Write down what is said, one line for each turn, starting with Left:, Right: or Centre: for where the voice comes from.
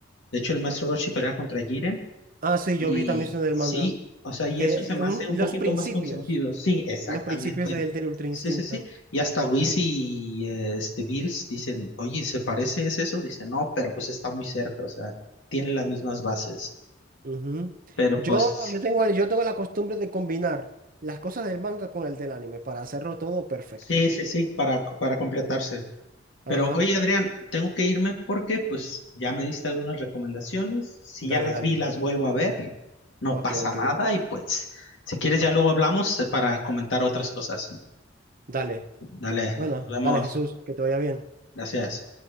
Left: De hecho, el maestro Roshi pelea contra Jiren
Right: Ah, sí,
Left: Y
Right: yo vi también eso en el
Left: sí,
Right: manga.
Left: o sea, y
Right: Que
Left: eso se me
Right: un-
Left: hace un
Right: los
Left: poquito
Right: principios,
Left: más consentido. Sí, exactamente.
Right: los principios del, del Ultra Instinto.
Left: Sí, sí, sí. Y hasta Wiz y eh, este Bills dicen, oye, ¿se parece es eso? Dice, no, pero pues está muy cerca, o sea, tienen las mismas bases.
Right: Ujú.
Left: Pero
Right: Yo,
Left: pues,
Right: yo tengo, el- yo tengo la costumbre de combinar las cosas del manga con el del anime para hacerlo todo perfecto.
Left: sí, sí, sí, para, para completarse. Pero
Right: Ajá.
Left: oye, Adrián, tengo que irme porque pues ya me diste algunas recomendaciones. Si
Right: Dale,
Left: ya las
Right: dale.
Left: vi, las vuelvo a ver. No
Right: Ok,
Left: pasa
Right: ok.
Left: nada y pues, si quieres ya luego hablamos eh, para comentar otras cosas.
Right: Dale.
Left: Dale,
Right: Bueno,
Left: nos vemos.
Right: dale, Jesús, que te vaya bien.
Left: Gracias.